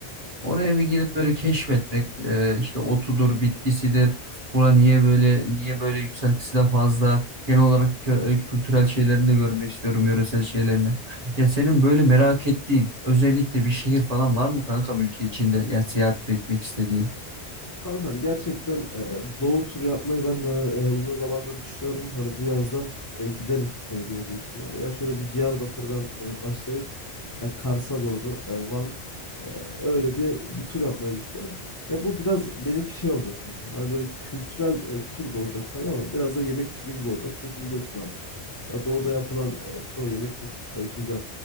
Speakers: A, on the right (about 40°); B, on the left (about 25°).
A: oraya bir gidip böyle keşfetmek e, işte otudur, bitkisidir. Bura niye böyle niye böyle yükseltisi de fazla. Genel olarak kö- kültürel şeylerini de görmek istiyorum, yöresel şeylerini. Ya senin böyle merak ettiğin özellikle bir şehir falan var mı kankam ülke içinde ya seyahat etmek istediğin?
B: Kankam gerçekten e, doğu turu yapmayı ben de hani, e, uzun zamandır düşünüyorum. Hani bu yazda e, giderim e, gibi büyük ihtimalle. Ya şöyle bir Diyarbakır'dan e, başlayıp ya Kars'a doğru e, Van e, öyle bir bir tur yapmayı düşünüyorum. Ya bu biraz benimki şey olacak kankam. Hani böyle kültürel e, tur da olacak tabii ama biraz da yemek turu gibi olacak. Çünkü biliyorsun abi ya doğuda yapılan e, çoğu yemek çok e, güzel.